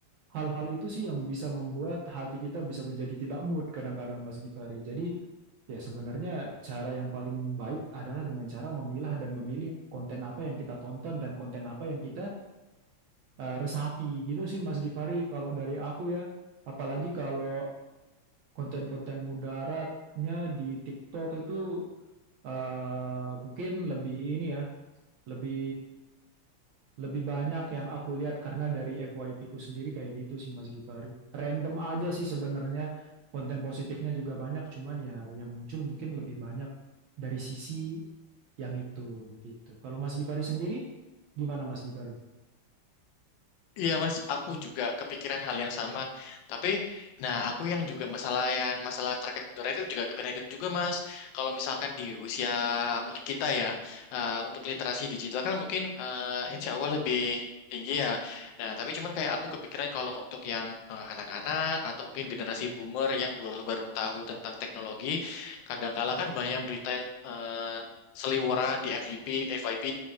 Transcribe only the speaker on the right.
hal-hal itu sih yang bisa membuat hati kita bisa menjadi tidak mood kadang-kadang Mas Gifari jadi ya sebenarnya cara yang paling baik adalah dengan cara memilah dan memilih konten apa yang kita tonton dan konten apa yang kita eh, resapi gitu sih Mas Gifari kalau dari aku ya apalagi kalau konten-konten mudaratnya di TikTok itu eh, mungkin lebih ini ya lebih lebih banyak yang aku lihat karena dari FYP ku sendiri kayak gitu sih Mas Gifari random aja sih sebenarnya konten positifnya juga banyak cuman ya yang muncul mungkin lebih banyak dari sisi yang itu gitu kalau Mas Gifari sendiri gimana Mas Gifari